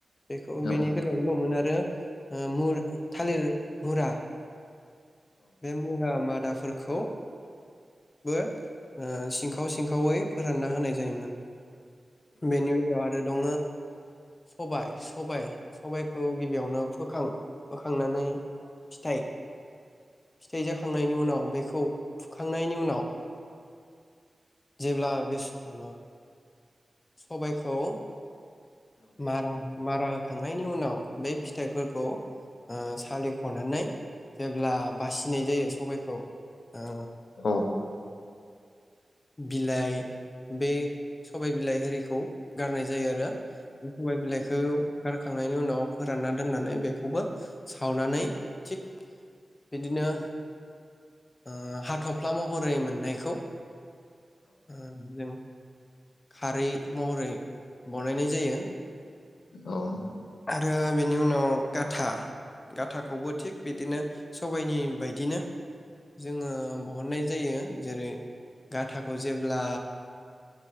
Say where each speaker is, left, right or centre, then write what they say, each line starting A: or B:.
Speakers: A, on the left; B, on the left.
A: बेखौ बेनि
B: औ
A: बेलायावबो मोनो आरो ओ मुर थालिर मुरा बे मुरा मादा फोरखौबो ओ सिंखाव सिंखावै फोरानना होनाय जायोमोन। बेनि उनाव आरो दङो सबाइ सबाइ सबाइखौ गिबियावनो फोखां फोखांनानै फिथाइ फिथाइ जाखांनायनि उनाव बेखौ फुखांनायनि उनाव जेब्ला बे ओ सबायखौ मा-मारा खांनायनि उनाव बे फिथाइफोरखौ ओ सालिख'नानै जेब्ला बासिनाय जायो सबायखौ ओ
B: औ
A: बिलाइ बे सबाय बिलाइ <unintelligible> गारनाय जायो आरो बे सबाय बिलाइखौ गारखांनायनि उनाव फोरानना दोननानै बेखौबो सावनानै थिग बिदिनो ओ हाथ'फ्ला महरै मोननायखौ ओ जों खारै महरै बनायनाय जायो।
B: औ
A: आरो बेनि उनाव गाथा गाथाखौबो थिग बिदिनो सबायनि बायदिनो जोङो बहननाय जायो जेरै गाथाखौ जेब्ला